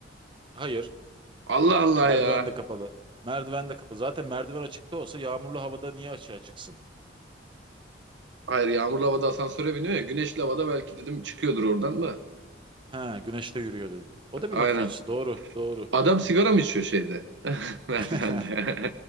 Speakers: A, on the right; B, on the right.
A: Hayır.
B: Allah Allah
A: Merdiven
B: ya.
A: de kapalı. Merdiven de kapalı. Zaten merdiven açıkta olsa yağmurlu havada niye açığa çıksın?
B: Hayır yağmurlu havada asansöre biniyor ya. Güneşli havada belki dedim çıkıyordur oradan da.
A: Ha, güneşte yürüyor dedin. O da
B: Aynen.
A: bir bakış açısı. Doğru, doğru.
B: Adam sigara mı içiyor şeyde? <laughs> Merdivende.
A: <laughs>